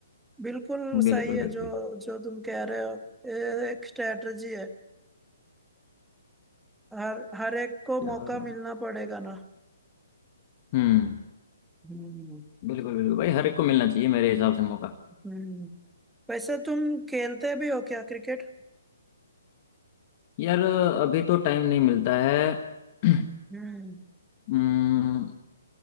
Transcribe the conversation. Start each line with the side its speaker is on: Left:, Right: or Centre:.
Centre: बिल्कुल
Left: बिल्कुल
Centre: सही है
Left: बिल्कुल
Centre: जो जो तुम कह रहे हो ये एक स्ट्रेटजी है हर हर एक को
Left: यार
Centre: मौका मिलना पड़ेगा ना
Left: हम्म
Centre: हम्म
Left: बिल्कुल बिल्कुल भाई हर एक को मिलना चाहिए मेरे हिसाब से मौका
Centre: हम्म वैसे तुम खेलते भी हो क्या क्रिकेट
Left: यार अभी तो टाइम नहीं मिलता है <clears throat>
Centre: हम्म
Left: हम्म